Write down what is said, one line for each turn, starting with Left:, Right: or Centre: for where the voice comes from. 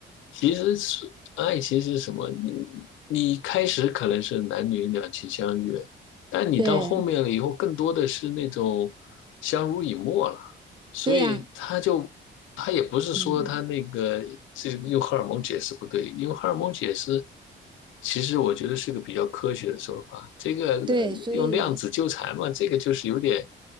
Left: 其实是爱情是什么？你你开始可能是男女两情相悦，但你到后面了以后，
Right: <laughs> 对
Left: 更多的是那种相濡以沫了。所以他就他也不是说他那个这个用荷尔蒙解释不对，
Right: 对呀、嗯，
Left: 用荷尔蒙解释，其实我觉得是个比较科学的说法。这个呃用量子纠缠嘛，
Right: 对，所以
Left: 这个就是有点，